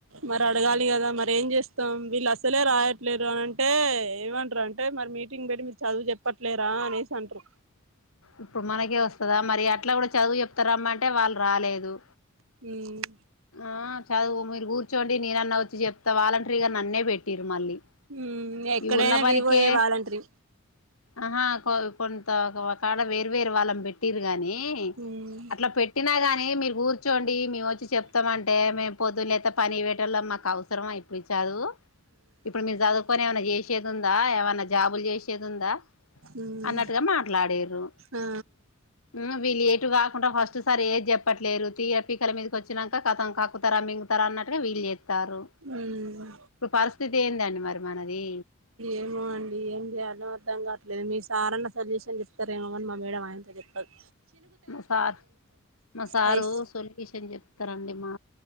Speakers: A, on the right (about 70°); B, on the left (about 80°).
A: మరడగాలి గదా మరి ఏం జేస్తాం వీళ్ళసలే రాయట్లేరని అంటే ఏమంటారు అంటే మరి మీటింగ్ బెట్టి మీరు చదువు జెప్పట్లేరా అనేసి అంటరు
B: ఇప్పుడు మనకే వొస్తదా మరి అట్లా గూడా చదువు జెప్తారమ్మంటే వాళ్ళు రాలేదు
A: ఉమ్
B: ఆ చదువు మీరు కూర్చోండి నేనన్న వొచ్చి జెప్తా వాలంటరీగా నన్నే బెట్టిర్రు మళ్ళీ
A: మ్మ్ ఎక్కడైనా
B: ఈ ఉన్న పనికే
A: వివోయే వాలంటరి
B: ఆహా కొంత కాడ వేర్ వేరు వాళ్ళం బెట్టిరు గాని నీ
A: ఉమ్
B: అట్లా పెట్టినా గాని మీరు గూర్చోండి మేవొచ్చి చెప్ ప్తామంటే మేం పొద్దున్ లేత్తే పనికి వెట్ టొల్లం మాకవసరమా ఇప్పుడు ఈ చదువు ఇప్పుడు మేం జదువ్కొని ఏమన్న జేసేదుందా ఏమన్నా జా జాబులు జేశేదుందా
A: ఉమ్
B: అన్నట్టుగా మాట్లాడిర్రు
A: ఆ
B: ఉ వీలేటుగాక్ కుంట ఫస్ట్ సారీ ఏది జెప్పట్లేరు తీర పీకల మీదకొచ్చినంకా కతం కాక్కుతార మింగుతర అన్నటుగా వీల్ జేత్ తారు
A: ఉమ్
B: ఇప్పుడు పరిస్థితి ఏందండి మరి మనది
A: ఏమో అండి ఏం చేయాల్నో అర్ధం కాట్లేదు మీస్ సారన్న సొల్యూషన్ జెప్తారేమో గాని మా మేడం అయింత జెప్పద్
B: మా సార్ మా సారు
A: పైస్
B: సొల్యూషన్ జెప్తరండి మా